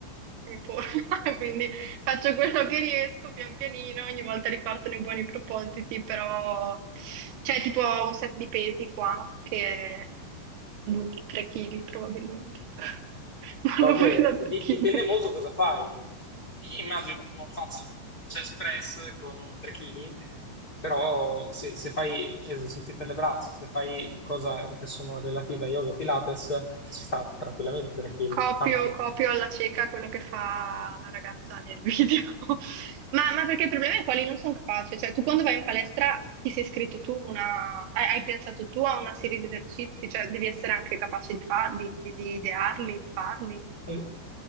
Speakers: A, on the right; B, on the left.
A: in forma, <laughs> quindi Faccio quello che riesco pian pianino, ogni volta ripartono i buoni propositi, però c'è tipo un set di pesi qua che è 2-3 kg probabilmente, <laughs> vanno
B: Vabbè,
A: fuori da 3
B: di-
A: kg.
B: dipende molto cosa fai. Immagino tu non faccia chest press con 3 kg, però se, se fai esercizi per le braccia, se fai cose che sono relative a yoga e Pilates, ci sta tranquillamente 3 kg,
A: Copio,
B: anzi,
A: copio alla cieca quello che fa la ragazza nel video. <laughs> Ma, ma perché il problema è quali non sono capace, cioè tu quando vai in palestra ti sei iscritto tu una, hai, hai pensato tu a una serie di esercizi, cioè devi essere anche capace di farli, di, di idearli, di farli.
B: Al-